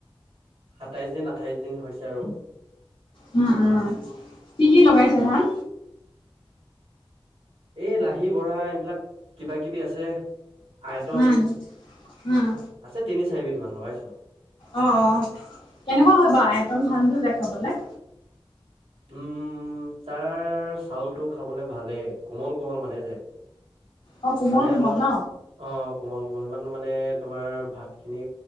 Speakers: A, on the right; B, on the left.
A: সাতাইশ দিন, আঠাইশ দিন হৈছে আৰু।
B: উম, উম। কি কি লগাইছে
A: <unintelligible>
B: ধান
A: এই লাহি বঢ়া, এইবিলাক কিবা-কিবি আছে। আয়তন
B: উম,
A: আছে,
B: উম,
A: তিনি- চাৰিবিধ মান লগাইছো।
B: অ, অ, কেনেকুৱা হয় বাৰু আয়তন ধানটো যে খাবলে?
A: উম, তাৰ চাউলটো খাবলে ভালেই, কোমল-কোমল মানে যে।
B: অ', কোমল
A: মানে
B: কোমল
A: অলপ
B: ন?
A: অ, কোমল-কোমল, ইমান মানে তোমাৰ ভাত খিনি